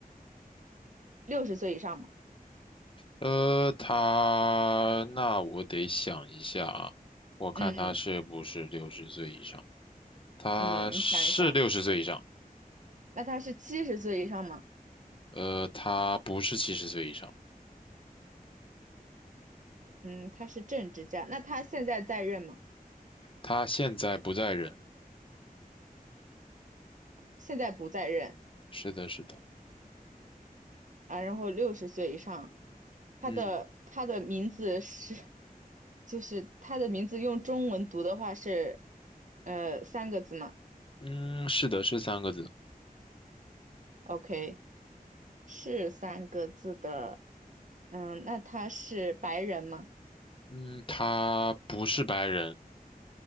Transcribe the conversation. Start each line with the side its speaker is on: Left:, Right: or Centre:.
Right: 六十岁以上吗？
Left: 呃，他那我得想一下啊，我看他是不是六十岁以上，
Right: 嗯。
Left: 他是六十岁以上，
Right: 嗯，你想一下，那他是七十岁以上吗？
Left: 呃，他不是七十岁以上，
Right: 嗯，他是政治家，那他现在在任吗？
Left: 他现在不在人，
Right: 现在不在任
Left: 是的，是的，
Right: 啊。然后六十岁以上，他的他的名字是，
Left: 嗯。
Right: 就是他的名字用中文读的话是，呃，三个字吗
Left: 嗯，是的，是三个字。
Right: ？OK，是三个字的。嗯，那他是白人吗？
Left: 嗯，他不是白人，